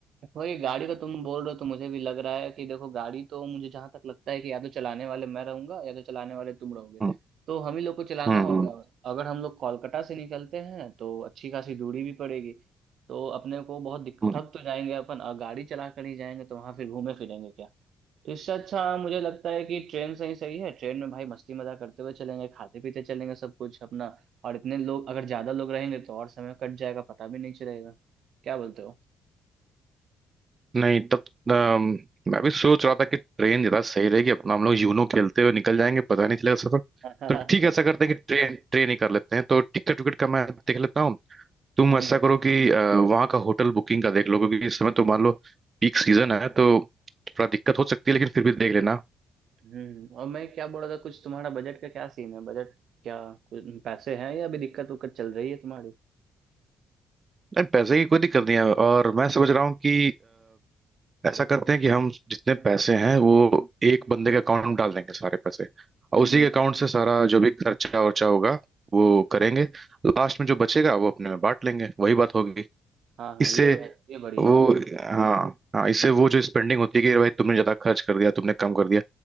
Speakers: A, on the right (about 70°); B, on the right (about 35°).
A: वही गाड़ी का तुम बोल रहे हो तो मुझे भी लग रहा है कि देखो गाड़ी तो मुझे जहां तक लगता है कि या तो चलाने वाले मैं रहूंगा या तो चलाने वाले तुम रहोगे
B: हम्म
A: तो हम ही लोग को चलाना
B: हम्म
A: होगा और अगर हम लोग कोलकाता से निकलते हैं तो अच्छी खासी दूरी भी पड़ेगी तो अपने को बहुत दिक-
B: हम्म
A: थक तो जाएंगे अपन और गाड़ी चला कर ही जाएंगे तो वहां फिर घूमे फिरेंगे क्या तो इससे अच्छा मुझे लगता है कि ट्रेन से ही सही है ट्रेन में भाई मस्ती मजाक करते हुए चलेंगे खाते पीते चलेंगे सब कुछ अपना और इतने लोग अगर ज्यादा लोग रहेंगे तो और समय कट जाएगा पता भी नहीं चलेगा क्या बोलते हो
B: नहीं तब अम, मैं भी सोच रहा था कि ट्रेन ज्यादा सही रहेगी अपना हम लोग यूनो खेलते हुए निकल जाएंगे पता नहीं चलेगा सफर
A: <laughs>
B: तो ठीक है ऐसा करते हैं कि ट्रेन ट्रेन ही कर लेते हैं तो टिकट विकट का मैं देख लेता हूँ तुम
A: हम्म
B: ऐसा करो कि अ, वहाँ का होटल बुकिंग का देख लो क्योंकि इस समय तो मान लो पीक सीजन है तो थोड़ा दिक्कत हो सकती है लेकिन फिर भी देख लेना
A: हम्म और मैं क्या बोल रहा था कुछ तुम्हारा बजट का क्या सीन है बजट क्या कुछ पैसे हैं या अभी दिक्कत उक्कत चल रही है तुम्हारी
B: नहीं पैसे की कोई दिक्कत नहीं है और मैं समझ रहा हूँ कि ऐसा करते हैं कि हम जितने पैसे हैं वो एक बंदे के अकाउंट में डाल देंगे सारे पैसे और
A: हम्म
B: उसी के अकाउंट से सारा जो भी खर्चा वर्चा होगा वो करेंगे लास्ट में जो बचेगा वो अपने में बांट लेंगे वही बात होगी
A: हाँ हाँ
B: इससे
A: ये ब- ये बढ़िया
B: वो
A: है
B: हाँ हाँ इससे वो जो स्पेंडिंग होती है कि भाई तुमने ज्यादा खर्च कर दिया तुमने कम कर दिया